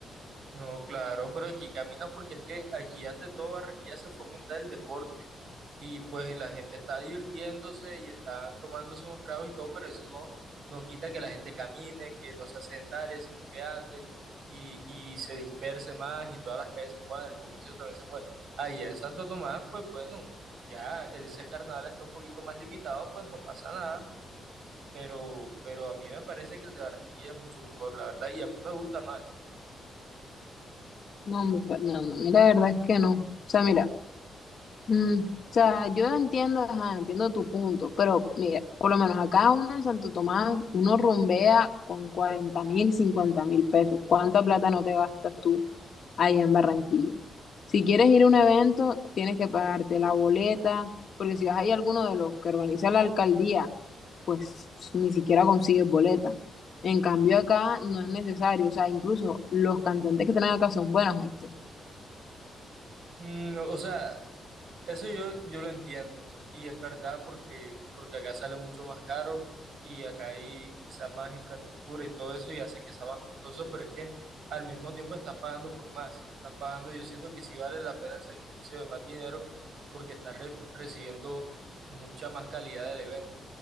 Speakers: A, on the right; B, on the left.
A: No, claro, pero aquí caminas porque es que aquí ante todo Barranquilla se fomenta el deporte. y pues la gente está divirtiéndose y están tomando unos tragos y todo, pero eso no, no quita que la gente camine, que no se asentare, sino que ande y, y se disperse más y todas las calles se mueven el comercio también se mueve. Allá en Santo Tomás, pues bueno, ya ese carnaval está un poquito más limitado, pues no pasa nada, pero, pero a mí me parece que el de Barranquilla es mucho mejor, la verdad, y a mí me gusta más.
B: No, hombre, Fernando, mira, la verdad es que no. O sea, mira. Mm, o sea, yo entiendo, ajá, entiendo tu punto, pero mira, por lo menos acá uno en Santo Tomás, uno rumbea con cuarenta mil, cincuenta mil pesos. ¿Cuánta plata no te gastas tú allá en Barranquilla? Si quieres ir a un evento, tienes que pagarte la boleta, porque si vas ahí a alguno de los que organiza la alcaldía, pues ni siquiera consigues boleta. En cambio acá no es necesario, o sea, incluso los cantantes que están acá son buenos, ¿oíste?
A: Mm, o sea, Eso yo, yo lo entiendo y es verdad porque, porque acá sale mucho más caro y acá hay quizás más infraestructura y todo eso y hace que sea más costoso, pero es que al mismo tiempo estás pagando por más. Estás pagando, yo siento que sí vale la pena el sacrificio de más dinero porque estás re- recibiendo mucha más calidad del evento,